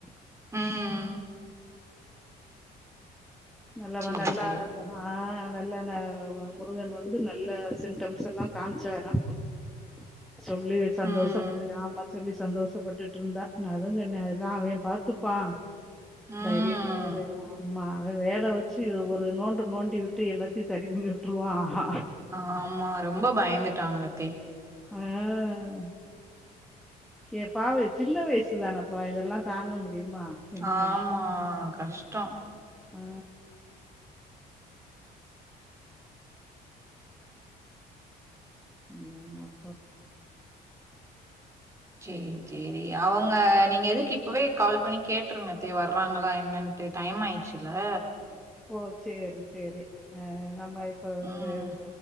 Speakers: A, on the right (about 15°); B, in the centre.
A: உம்
B: நல்லவ
A: சரி,
B: நல்லா
A: சரி.
B: ஆஹ் நல்ல னா வ வ முருகன் வந்து நல்ல சிம்டம்ஸ் எல்லா காமிசாரா சொல்லி சந்தோஷப்பட்டுக்
A: ம்,
B: ஆமாச் சொல்லி சந்தோஷப்பட்டுட்டு இருந்தா நா அதா சொன்னே அதெல்லா அவ பாத்துப்பா
A: ம்.
B: தைரியமா இரு ஆமா அவ வேல வெச்சு ஒரு நோன்டு நோண்டி விட்டு எல்லாத்தையு சரி பண்ணி விட்டுருவா ஹ
A: ஆமா ரொம்ப பயந்துட்டாங்க தே
B: ஆஹ் ஏ பாவு சின்ன வயசு தானேப்பா இதெல்லா தாங்க மு டியுமா என்ன
A: ஆமா. கஷ்டம்.
B: ஆ ம் அப்போ
A: சேரி சேரி அவங்க நீங்க எதுக்கு இப்பவே கால் பண்ணி கேட்டுருங்க தே வர்றாங்களா என்னட்டு டைம் ஆயிடுச்சுல
B: ஓ சேரி சேரி ஆஹ் நம்ம இப்ப இந்து
A: ம்
B: இது